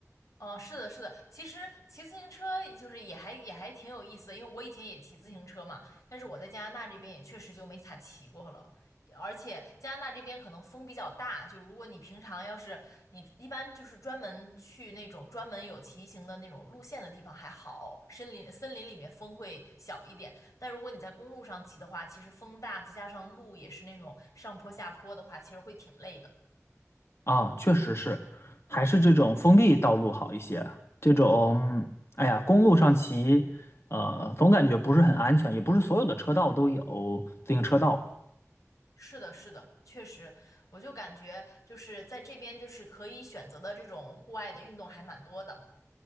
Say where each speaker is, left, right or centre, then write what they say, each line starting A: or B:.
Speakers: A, on the left; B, on the left.
A: 呃，是的，是的。其实骑自行车也就是也还也还挺有意思的，因为我以前也骑自行车嘛，但是我在加拿大这边也确实就没咋骑过了。而且加拿大这边可能风比较大，就如果你平常要是你一般就是专门去那种专门有骑行的那种路线的地方还好，森林森林里面风会小一点，但如果你在公路上骑的话，其实风大，再加上路也是那种上坡下坡的话，其实会挺累的。
B: <laughs> 啊，确实是，还是这种封闭道路好一些。这种，哎呀，公路上骑，呃，总感觉不是很安全，也不是所有的车道都有自行车道。
A: 是的，是的，确实，我就感觉就是在这边就是可以选择的这种户外的运动还蛮多的。